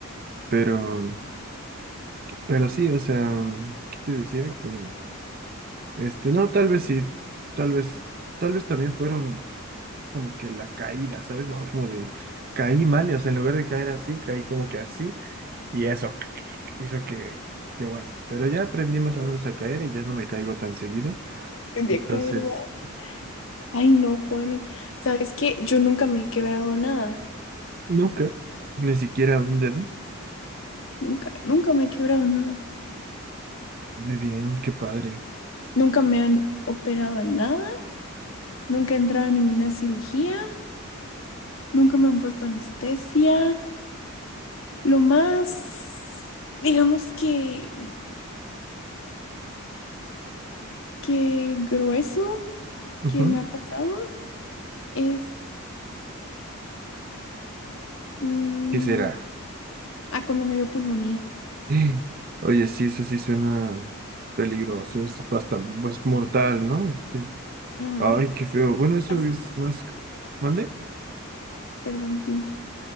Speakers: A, on the right; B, on the left.
A: Pero, pero sí, o sea, ¿qué te decía? Que, este, no, tal vez sí. Tal vez, tal vez también fueron como que la caída, ¿sabes? Así como de caí mal, y, o sea, en lugar de caer así, caí como que así. Y eso <clears throat> hizo que, que bueno. Pero ya aprendí más o menos a caer y ya no me caigo tan seguido.
B: <laughs> Aprendí
A: Entonces,
B: a caer, va. Ay, no, Juani. ¿Sabes qué? Yo nunca me he quebrado nada.
A: nunca, ni siquiera un dedo.
B: Nunca, nunca me he quebrado nada.
A: Muy bien, qué padre.
B: Nunca me han operado en nada. Nunca he entrado en ninguna cirugía. Nunca me han puesto anestesia. Lo más, digamos que, que grueso
A: Ujú.
B: que me ha pasado es... mm,
A: ¿Qué será?
B: ah, cuando me dio pulmonía.
A: Eh, Oye, sí, eso sí suena peligroso, es bastante, es mortal, ¿no? Este,
B: Ujú.
A: ay, qué feo. Bueno, eso
B: Así
A: es
B: como,
A: más, ¿mande?
B: perdón, dime.